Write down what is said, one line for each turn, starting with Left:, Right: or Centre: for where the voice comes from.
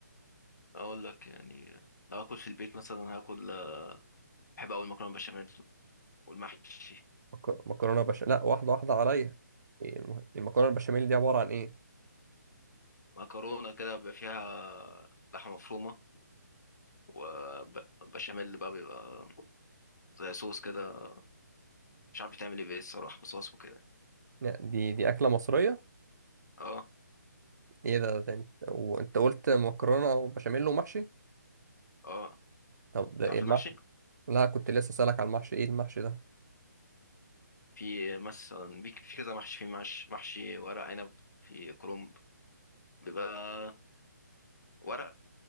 Left: اقول لك يعني لو اكل في البيت مثلا هاكل آه، بحب اول مكرونه بشاميل والمحشي
Right: مك- مكرونة بشاميل لا واحدة واحدة عليا إيه الم- المكرونة البشاميل دي عبارة عن ايه
Left: مكرونه كده بيبقى فيها لحمه مفرومه وبشاميل بقى بيبقى زي صوص كده مش عارف بتعمل ايه بيه الصراحه بس هو اسمه كده
Right: لا، دي دي اكلة مصرية
Left: اه
Right: ايه ده, ده انت وانت قلت مكرونة وبشاميل ومحشي
Left: اه
Right: طب ده
Left: تعرف
Right: ايه المحشي
Left: المحشي
Right: لا كنت لسه سألك على المحشي ايه المحشي ده
Left: في مثلا بيك- في كذا محشي في محشي محشي ورق عنب في كرنب بيبقى ورق